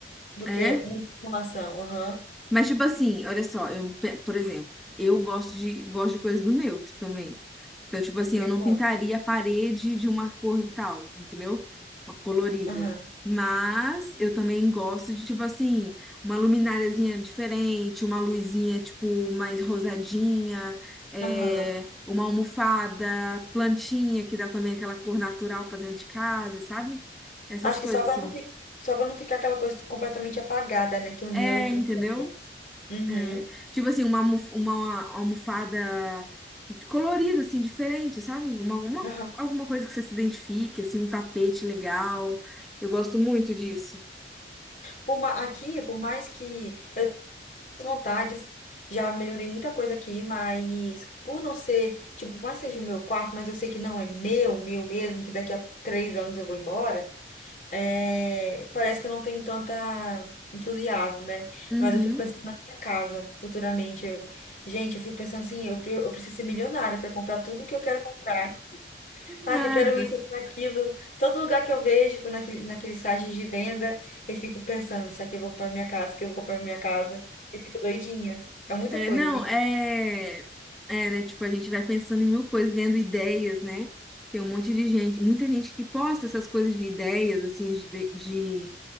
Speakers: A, on the left; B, in the centre.
A: do
B: É,
A: que uma informação. Aham.
B: mas tipo assim, olha só, eu, pe- por exemplo, eu gosto de gosto de coisas do neutro também. Então, tipo assim,
A: Eu
B: eu não
A: concordo.
B: pintaria a parede de uma cor tal, entendeu? Uma colorida.
A: Aham.
B: Mas eu também gosto de, tipo assim, uma lumináriazinha diferente, uma luzinha, tipo, mais rosadinha, é,
A: Aham.
B: uma almofada, plantinha que dá também aquela cor natural pra dentro de casa, sabe? Essas
A: Acho
B: coisas
A: que só para
B: assim.
A: não, fi... só para não ficar aquela coisa completamente apagada, né? Que o
B: É,
A: neutro
B: entendeu?
A: traz. Uhum.
B: É, tipo assim, uma, almo- uma almofada colorida, assim, diferente, sabe? Uma, uma-
A: Aham.
B: alguma coisa que você se identifique, assim, um tapete legal. Eu gosto muito disso.
A: Por ma... Aqui, por mais que eu tenha vontades, já melhorei muita coisa aqui, mas por não ser, tipo, por mais que seja o meu quarto, mas eu sei que não é meu, meu mesmo, que daqui a três anos eu vou embora. é, parece que eu não tenho tanta entusiasmo, né?
B: Uhum.
A: Mas eu fico pensando na minha casa futuramente. Eu- gente, eu fico pensando assim, eu, pre- eu preciso ser milionária para comprar tudo que eu quero comprar. Ah,
B: Nada.
A: que eu quero isso, eu quero aquilo. Todo lugar que eu vejo com- naquele, naquele site de venda, eu fico pensando, isso aqui eu vou comprar pra minha casa, isso aqui eu vou comprar pra minha casa. Eu fico doidinha. É muita
B: É,
A: coisa,
B: não,
A: gente.
B: é, é, né? Tipo, a gente vai pensando em mil coisas, vendo ideias, né? Tem um monte de gente, muita gente que posta essas coisas de ideias, assim, de, de,